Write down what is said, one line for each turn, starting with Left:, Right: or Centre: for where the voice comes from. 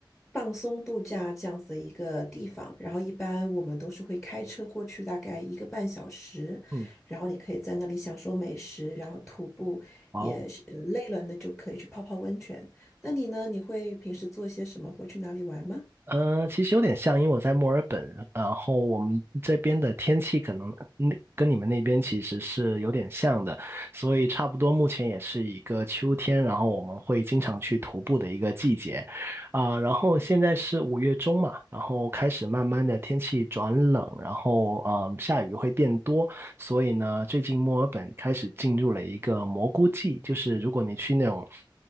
Centre: 放松度假这样子的一个地方。然后一般我们都是会开车过去，大概一个半小时，
Right: 嗯，
Centre: 然后你可以在那里享受美食，然后徒步也是呃累了，
Right: 哦，
Centre: 呢就可以去泡泡温泉。那你呢？你会平时做些什么？会去哪里玩吗？
Right: 呃，其实有点像，因为我在墨尔本，然后我们这边的天气可能那跟你们那边其实是有点像的，所以差不多目前也是一个秋天，然后我们会经常去徒步的一个季节，啊、然后现在是五月中嘛，然后开始慢慢的天气转冷，然后嗯、呃下雨会变多。所以呢，最近墨尔本开始进入了一个蘑菇季，就是如果你去那种